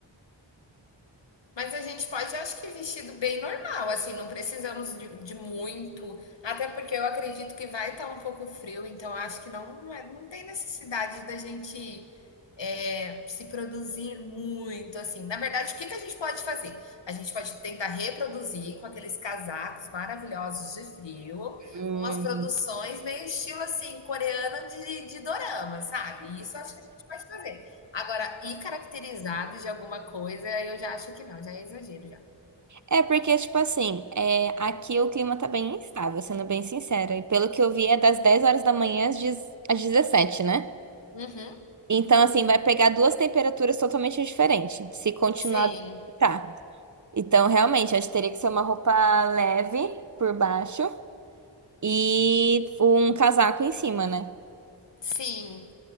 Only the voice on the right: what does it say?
Hum.
É porque, tipo assim, é, aqui o clima tá bem instável, sendo bem sincera. E pelo que eu vi, é das 10 horas da manhã às 10 às 17, né?
Então, assim, vai pegar duas temperaturas totalmente diferentes, se continuar
do que tá. Então, realmente, acho que teria que ser uma roupa leve por baixo e um casaco em cima, né?